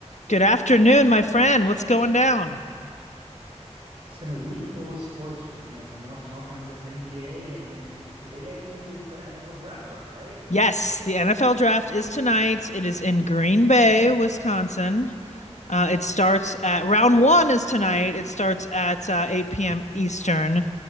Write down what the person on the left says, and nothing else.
Good afternoon, my friend. What's going down?
Yes, the NFL draft is tonight. It is in Green Bay, Wisconsin. Uh, it starts at round one is tonight. It starts at uh, 8 p.m. Eastern,